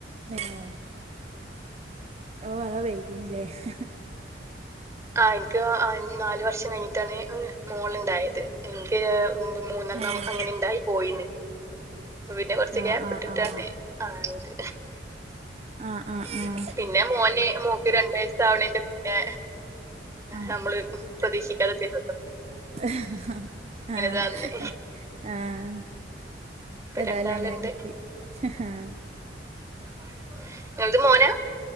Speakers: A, on the right (about 35°); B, on the right (about 15°).
A: ഏഹ് <unintelligible>
B: ആഹ് എനിക്ക് നാലുവർഷം കഴിഞ്ഞിട്ടാണ് മോള് ഇണ്ടായത് എനിക്ക് മൂന്നെണം
A: ഏഹ്
B: അങ്ങനെ ഇണ്ടായി പോയിന് അപ്പ പിന്നെ കൊറച്ച്
A: ആഹ്
B: ഗ്യാപ്പ്ഇട്ടിട്ടാണ്
A: ആഹ് ആഹ്
B: ആയത്
A: ആഹ് ആഹ്
B: ഉം
A: ആഹ്
B: പിന്നെ മോന് മോക്ക് രണ്ട് വയസ ആവണന്റെ മുന്നേ
A: ആഹ്
B: നമ്മള് പ്രതീക്ഷിക്കാതെ എത്തിയത്
A: ആഹ് ആഹ്
B: തന്നെ ഇപ്പൊ
A: ഏതായാലും
B: രണ്ടാളുണ്ട്
A: അങ്ങനെ കിട്ടി ആഹ്
B: <inaudible> അത് മോനാ